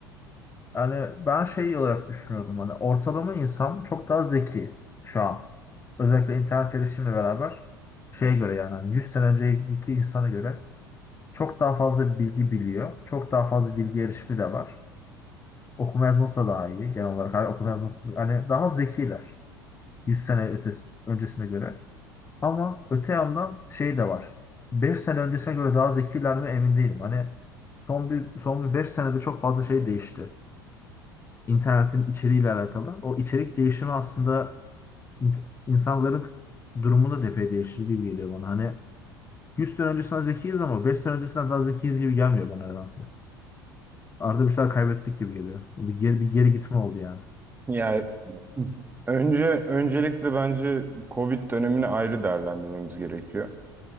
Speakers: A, on the left (about 20°); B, on the right (about 15°).
A: Yani ben şey olarak düşünüyordum. Hani ortalama insan çok daha zeki şu an. Özellikle internet erişimle beraber şeye göre yani hani 100 sene önceki insana göre çok daha fazla bilgi biliyor. Çok daha fazla bilgi erişimi de var. Okuma yazması da daha iyi genel olarak. Hani okuma yazma, hani daha zekiler. 100 sene ötesi, öncesine göre. Ama öte yandan şey de var. 5 sene öncesine göre daha zekiler mi emin değilim. Hani son bir son bir 5 senede çok fazla şey değişti. İnternetin içeriğiyle alakalı. O içerik değişimi aslında in- insanların durumunu da epey değiştirdiği gibi geliyor bana. Hani 100 sene öncesinden zekiyiz ama 5 sene öncesinden daha zekiyiz gibi gelmiyor bana nedense. Arada bir şeyler kaybettik gibi geliyor. Bir geri, bir geri gitme oldu yani.
B: Yani önce öncelikle bence Covid dönemini ayrı değerlendirmemiz gerekiyor.